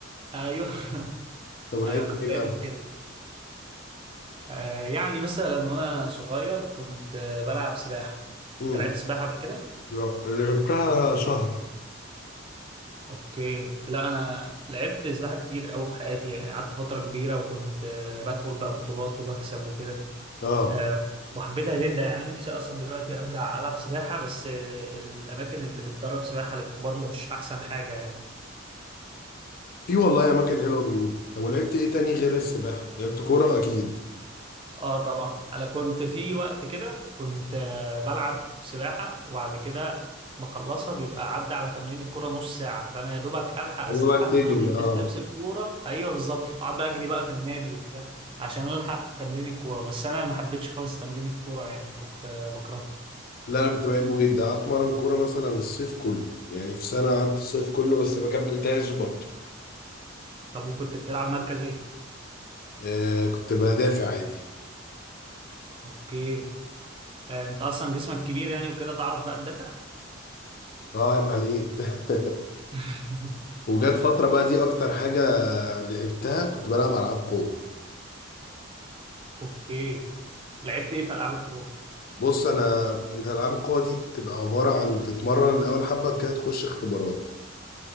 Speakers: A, on the right; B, on the left.
A: ايوه <laughs>
B: طب ولعبت
A: ايوه كنت
B: ايه
A: دايما
B: بقى
A: كده آه يعني مثلا وانا صغير كنت آه، بلعب سباحة.
B: امم
A: انت لعبت سباحة قبل كده؟
B: لا، لعبتها شهر
A: اوكي لا انا لعبت سباحة كتير قوي في حياتي يعني قعدت فترة كبيرة وكنت آه بدخل بقى بطولات وبكسب وكده.
B: اه
A: آه وحبيتها جدا يعني نفسي اصلا دلوقتي ارجع العب سباحة بس آه الاماكن اللي بتدرب سباحة للكبار مش احسن حاجة يعني.
B: في والله اماكن حلوه بيقولوا طب ولعبت ايه تاني غير السباحه لعبت كوره اكيد
A: اه طبعا انا كنت في وقت كده كنت آه، بلعب سباحه وبعد كده بخلصها بيبقى عدى على تمرين الكوره نص ساعه فانا يا دوبك الحق استحمى
B: هو بقى تجري
A: والبس
B: اه
A: لبس الكوره ايوه بالظبط اقعد بقى اجري بقى في النادي وبتاع عشان الحق تمرين الكوره بس انا ما حبيتش خالص تمرين الكوره يعني كنت آه، بكرهه
B: لا انا كنت بحبه جدا قعدت اتمرن كوره مثلا الصيف كله يعني في سنه قعدت الصيف كله بس ما كملتهاش برضه
A: طب وكنت بتلعب مركز ايه
B: آه كنت بدافع عادي
A: اوكي آه انت اصلا جسمك كبير يعني وكده تعرف بقى تدافع
B: اه عيب عليك <laughs>
A: <laughs>
B: وجت فترة بقى دي أكتر حاجة لعبتها كنت بلعب ألعاب قوة
A: اوكي لعبت ايه في العاب الكوره
B: بص أنا أنت ألعاب القوة دي بتبقى عبارة عن بتتمرن الأول حبة كده تخش اختبارات